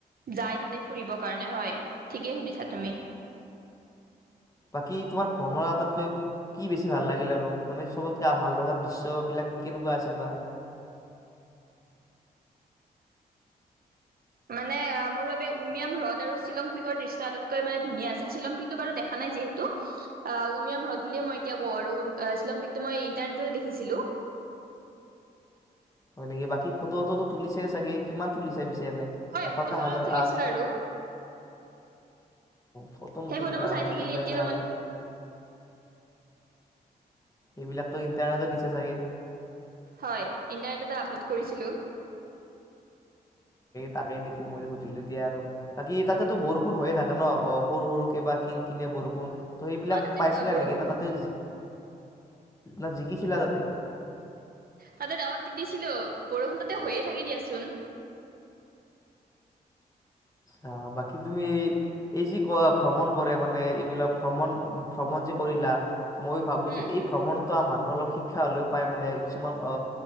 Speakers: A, on the right; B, on the left.
A: যাই তাতে ফুৰিবৰ কাৰণে হয়, ঠিকেই শুনিছা তুমি।
B: বাকী তোমাৰ ভ্ৰমণৰ আটতকৈ কি বেছি ভাল লাগিল আৰু মানে চবতকে ভাল লগা দৃশ্যবিলাক কেনেকুৱা আছিল বাৰা
A: মানে মোৰ বাবে উমিয়াম হ্ৰদ আৰু শ্বিলং পিকৰ দৃশ্য আটাইতকৈ মানে ধুনীয়া আছিল শ্বিলং পিকটো বাৰু দেখা নাই যিহেতু, উমিয়াম হ্ৰদ বুলিয়ে মই এতিয়া কওঁ আৰু শ্বিলং পিকটো মই ইন্টাৰনেটতে দেখিছিলো।
B: হয় নেকি, বাকী ফটো ফটো তুলিছে চাগে কিমান তুলিছা পিছে। ন
A: হয়
B: এসটা
A: ফটো চটো
B: হাজাৰ
A: তুলিছো আৰু
B: ফটোত
A: সেই ফটোবোৰ চাই থাকিলে
B: তোলা
A: এতিয়াও
B: নাই আৰু
A: মানে
B: এইবিলাকতো ইণ্টাৰনেটত দিছে চাগে।
A: হয় ইণ্টাৰনেট আপলোড কৰিছিলোঁ।
B: তাকেই দেখি মই সুধিলো দিয়া আৰু বাকী তাতেতো বৰষুণ হৈয়ে থাকে ন? অ, সৰু সৰু কে বা কিন কিনিয়া বৰষুণ। ত' সেইবিলাক
A: অ তাতে
B: পাইছিলা
A: আ, বৰষুণ
B: নেকি? ন তাতে ন জিকিছিলা তাতে।
A: তাতে দাৱত তিতিছিলো বৰষুণ তাতে হৈয়ে থাকে দিয়াচোন।
B: আ, বাকী তুমি এই এই যি ক ভ্ৰমণ কৰে মানে এইবিলাক ভ্ৰমণ ভ্ৰমণ যে কৰিলা। মই ভাবো
A: উম
B: যে এই ভ্ৰমণ মানুহ অলপ শিক্ষা হ'লেও পায় মানে কিছুমান অ